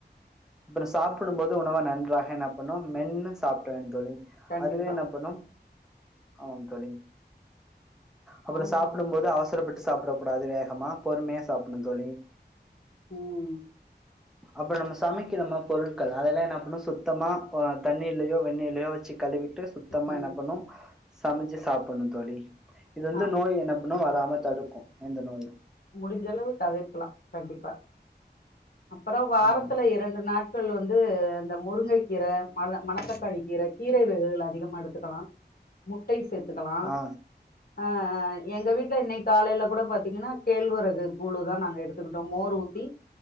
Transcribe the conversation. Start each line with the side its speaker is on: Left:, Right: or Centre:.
Centre: அப்பற சாப்பிடும்போது உணவ நன்றாக என்ன பண்ணு மென்னு சாப்பிடணு தோழி
Left: கண்டிப்பா
Centre: அதுவே என்ன பண்ணு ஆம் தோழி அப்பற
Left: ஆமா
Centre: சாப்பிட போது அவசரப்பட்டு சாப்பிடக்கூடாது வேகமா பொறுமையா சாப்பிட்ணு தோழி
Left: ம் ம்
Centre: அப்ப நம்ம ஸ் சமைக்கிறமா பொருட்கள் அதெல்லா என்ன பண்ணு சுத்தமா அ தண்ணிலயோ வெண்ணீர்லயோ வெச்சு கழுவிட்டு சுத்தமா
Left: ம்
Centre: என்ன பண்ணு சமைச்சு சாப்பிட்ணு தோழி இது வந்து
Left: ஆமா
Centre: நோய் என்னப் ஒன்னு வராம தடுக்கு எந்த நோயு
Left: முடிஞ்சளவு தவிர்க்கலா கண்டிப்பா அப்பற வாரத்துல
Centre: ம்
Left: இரண்டு நாட் கள் வந்து இந்த முருங்கக் கீர மல மணத்தக்காளி கீர கீரை வகைகள் அதிகமா எடுத்துக்கலா முட்டை சேத்துக்கலா
Centre: ஆ
Left: அ அ எங்க வீட்ல இன்னைக்கு காலைல கூட பாத்தீங்கனா கேழ்வெரகு கூழு தா நாங்க எடுத்துக்கிட்டோ மோர் ஊத்தி